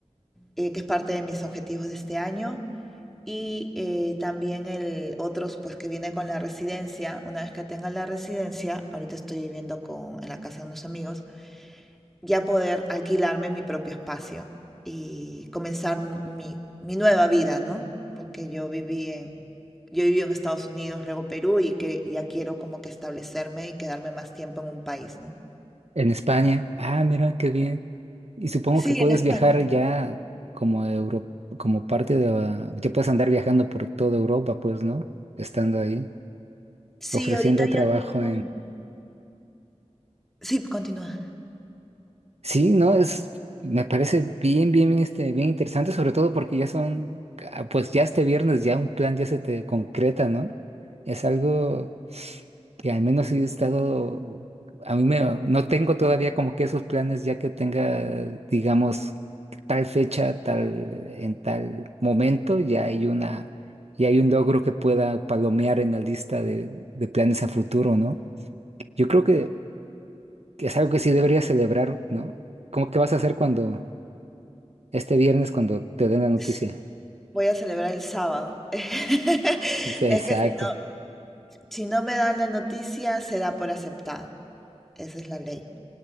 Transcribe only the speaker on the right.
en España, ah, mira, qué bien. Y supongo
que puedes
viajar ya como Euro, como parte de... la- Ya puedes andar viajando por toda Europa, pues, ¿no? Estando ahí,
ofreciendo
trabajo
Sí, no, es, me parece bien, bien, bien, este, bien interesante, sobre todo porque ya son, ah, pues ya este viernes ya un plan ya se te concreta, ¿no? Es algo que al menos sí he estado, a mí me, no tengo todavía como que esos planes ya que tenga, digamos, tal fecha, tal, en tal momento, ya hay una, ya hay un logro que pueda palomear en la lista de, de planes a futuro, ¿no? Yo creo que que es algo que sí deberías celebrar, ¿no? ¿Cómo que vas a hacer cuando, este viernes, cuando te den la noticia?
Dice,
exacto.